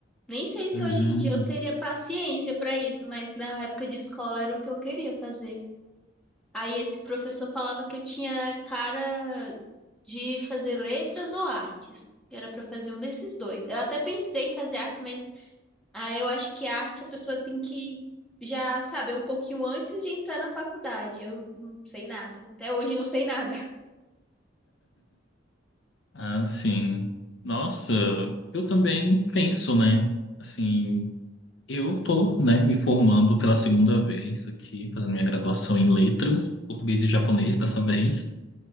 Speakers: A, in the centre; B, on the left (about 65°).
A: Nem sei se
B: Uhum.
A: hoje em dia eu teria paciência para isso, mas na época de escola era o que eu queria fazer. Aí esse professor falava que eu tinha cara de fazer letras ou artes, que era para fazer um desses dois. Eu até pensei em fazer artes, mas ah, eu acho que arte a pessoa tem que já saber um pouquinho antes de entrar na faculdade. Eu não sei nada. Até hoje não sei nada.
B: Assim, nossa, eu também penso, né? Assim, eu tô, né, me formando pela segunda vez aqui, fazendo minha graduação em letras, português e japonês dessa vez.